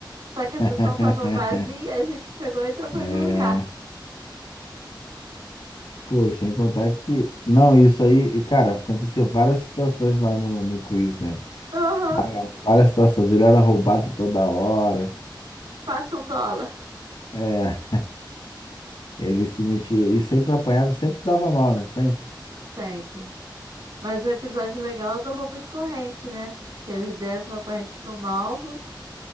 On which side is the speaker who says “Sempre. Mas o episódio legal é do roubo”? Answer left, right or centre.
Right